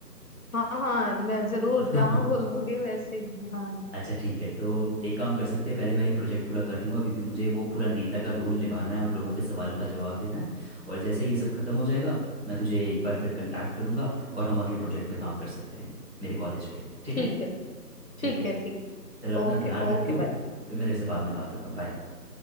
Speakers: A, on the left; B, on the right.
A: हाँ हाँ मैं जरूर
B: <laughs>
A: जहाँ बोलोगे वैसे ही हाँ
B: अच्छा ठीक है तो एक काम कर सकते हैं पहले मैं ये प्रोजेक्ट पूरा कर लूँगा क्योंकि मुझे वो पूरा नेता का रोल निभाना है और लोगों के सवालों का जवाब देना है और जैसे ही ये सब खत्म हो जाएगा मैं तुझे एक बार फिर कांटेक्ट करूँगा और हम अगले प्रोजेक्ट पे काम कर सकते हैं मेरे कॉलेज के ठीक
A: ठीक
B: है
A: है
B: ठीक
A: ठीक
B: है
A: है ठीक
B: चल अपना
A: ओके
B: ध्यान रख
A: ओके
B: तू
A: बाय
B: फिर मैं तेरे से बाद में बात करता हूँ बाय